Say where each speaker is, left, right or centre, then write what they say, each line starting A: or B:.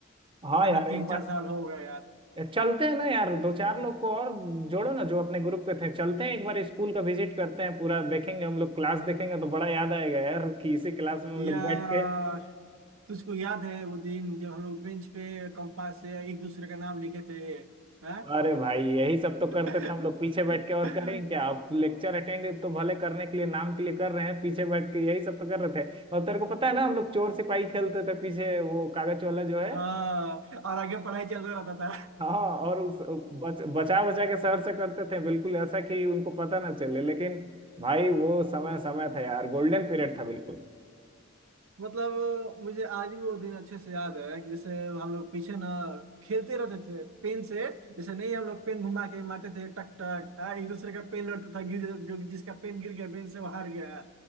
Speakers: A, on the right (about 25°); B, on the right (about 75°).
A: हाँ
B: पता
A: यार
B: ना
A: एक
B: तीन
A: बार
B: चार साल हो गए यार
A: चलते हैं ना यार दो चार लोग को और जोड़ो ना जो अपने ग्रुप के थे चलते हैं एक बार स्कूल का विजिट करते हैं पूरा देखेंगे हम लोग क्लास देखेंगे तो बड़ा याद आएगा यार कि इसी क्लास में हम
B: यार
A: लोग बैठ के
B: तुझको याद है वो दिन जब हम लोग बेंच पे कंपास से एक दूसरे का नाम लिखे थे हाँ
A: अरे भाई यही सब तो
B: <laughs>
A: करते थे हम लोग पीछे बैठ के और करें क्या आप लेक्चर अटेंड तो भले करने के लिए नाम के लिए कर रहे हैं पीछे बैठ के यही सब तो कर रहे थे और तेरे को पता है ना हम लोग चोर सिपाही खेलते थे पीछे वो कागज वाला जो है
B: हाँ और आगे पढ़ाई चल रहा था
A: हाँ और उस बच, बचा बचा के सर से करते थे बिल्कुल ऐसा कि उनको पता ना चले लेकिन भाई वो समय समय था यार गोल्डन पीरियड था बिल्कुल
B: मतलब मुझे आज भी वो दिन अच्छे से याद है कि जैसे हम लोग पीछे ना खेलते रहते थे पेन से जैसे नहीं हम लोग पेन घुमा के मारते थे टक टक आ, एक दूसरे का पेन लड़ता था गिर जो जिसका पेन गिर गया पेन से वो हार गया